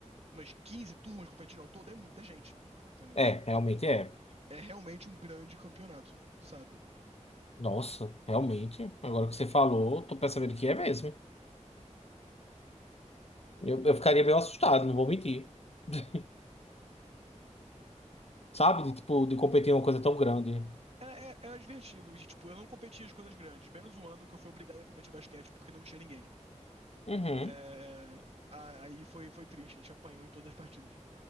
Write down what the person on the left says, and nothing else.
É, realmente é.
Nossa, realmente. Agora que você falou, tô percebendo que é mesmo. Eu, eu ficaria meio assustado, não vou mentir. <laughs> Sabe? De, tipo, de competir em uma coisa tão grande.
Uhum.